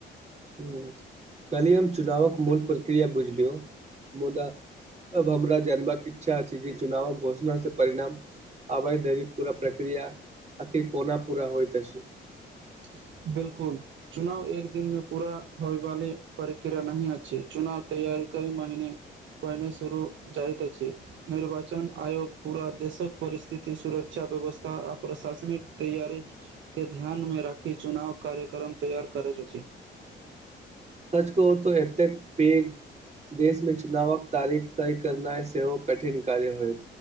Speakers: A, on the right (about 35°); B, on the right (about 70°).
A: ह कली हम चुनावक मूल प्रक्रिया बुझलियौ मुदा अब हमरा जानबाक इच्छा छै जे चुनावक घोषणा से परिणाम आबइ धरी पूरा प्रक्रिया आकीर कोना पूरा होइत अछि
B: <unintelligible> बिल्कुल चुनाव एक दिन मे पूरा होय वाली प्रक्रिया नहि अच्छी चुनाव तैयार कई महिने पहिने शुरू जाइत अछि निर्वाचन आयोग पूरा देशक परिस्थिति सुरक्षा व्यवस्था आ प्रशासनिक तैयारी के ध्यान मे रख की चुनाव कार्यक्रम तैयार करैत अछि
A: सच कहु तो एतेक पेघ देशमे चुनावक तारिख तय करनाय सेहो कठिन कार्य होय